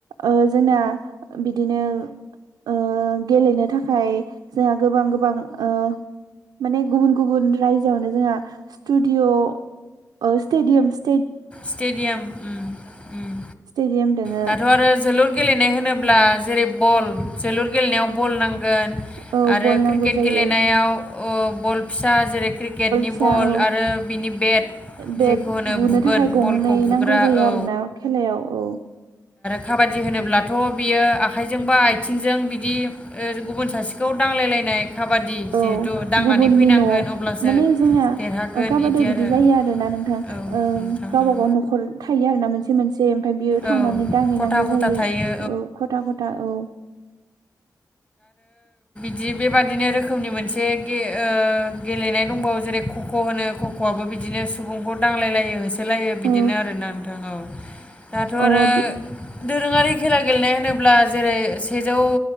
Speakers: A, on the right; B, on the left.
A: ओ जोंना बिदिनो ओ गेलेनो थाखाय जोंहा गोबां गोबां ओ माने गुबुन गुबुन रायजोआवनो जोंहा स्टुडिय' ओ‌ स्टेडियामस
B: स्टेडियाम उम उम
A: स्टेडियाम दोङो
B: दाथ' आरो जोलुर गेलेनाय होनोब्ला जेरैब बल जोलुर गेलेनायाव बल नांगोन
A: औ
B: आरो
A: बल
B: क्रिकेट
A: नांगौ जायो
B: गेलेनायाव अ बल फिसा जेरै क्रिकेटनि
A: फिसा
B: बल
A: औ
B: आरो बिनि बेट
A: बेट
B: जेखौ होनो
A: बुनो
B: बुगोन।
A: थाखाय गंनै
B: बलखौ बुग्रा
A: नांगौ जायो
B: औ
A: आरोना खेलायाव औ
B: खाबादि होनोब्लाथ' बियो आखाइजों बा आइ थिंजों बिदि ओ गुबुन सासेखौ दांलायलायनाय। काबादि
A: औ
B: जिहेथु दांनानै
A: गुबुननि
B: फैनांगोन
A: न'आव
B: अब्लासो
A: माने जोंनिया
B: देरहागोन
A: ओ काबादियाव
B: इदि
A: बिदि
B: आरो
A: जायो आरोना नोंथां
B: औ
A: ओं।
B: नोंथां
A: गावबा
B: उम
A: गाव न'खर थायो आरोना मोनसे मोनसे से ओमफफ्राय बियो थांनानै
B: औ
A: दांहैनांगौ
B: खथा खथा
A: जायो
B: थायो
A: औ खथा खथा औ
B: दि बेबादिनो रोखोमनि मोनसे गे ओ गेलेनाय दंबावो जेरै खख' होनो खख'आबो बिदिनो सुबुंखौ दांलायलायो होस सोलायो बिदिनो
A: औ
B: आरोना नोंथां औ दाथ आरो
A: ओ बि
B: दोरोङारि खेला गेलेनाय होनोब्ला जेरैे सेजौ